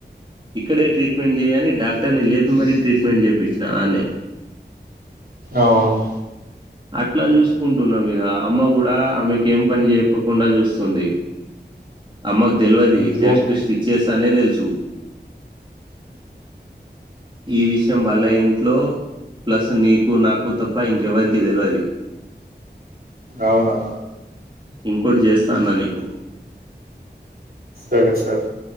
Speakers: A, on the right (about 25°); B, on the right (about 60°).
A: ఇక్కడే ట్రీట్మెంట్ చేయ లని డాక్టర్ ని లేపి మరీ ట్రీట్మెంట్ చేపించిన ఆన్నే
B: అవును
A: అట్లా చూసుకుంటున్నాం మీగ అమ్మ కూడా ఆమెకి ఏం పని చెప్పకుండా చూస్తుంది అమ్మకు తెల్వది
B: చూడు
A: జస్ట్ స్టిచేర్సే నే దెల్సు ఈ విషయం వల్ల ఇంట్లో ప్లస్ నీకు నాకు తప్ప ఇంకెవరికి కి తెలవది
B: అవునా
A: ఇంకోటి చేస్తా అన్నా నీకు
B: సరే సరే